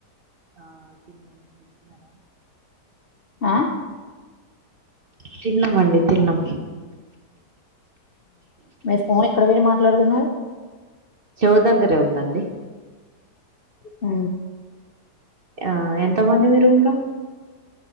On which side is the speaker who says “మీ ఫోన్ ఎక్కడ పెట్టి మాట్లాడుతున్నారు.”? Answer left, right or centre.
Left